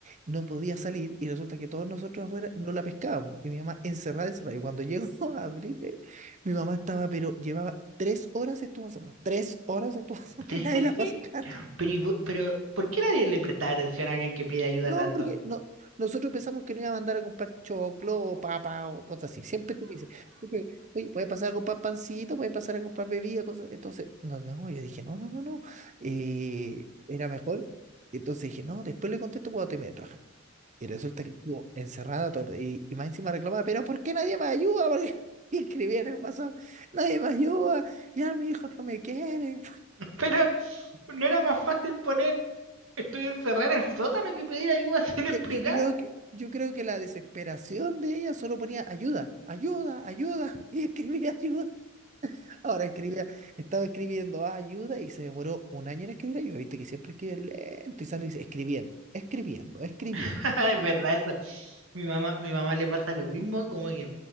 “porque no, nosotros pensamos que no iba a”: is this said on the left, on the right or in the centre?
Right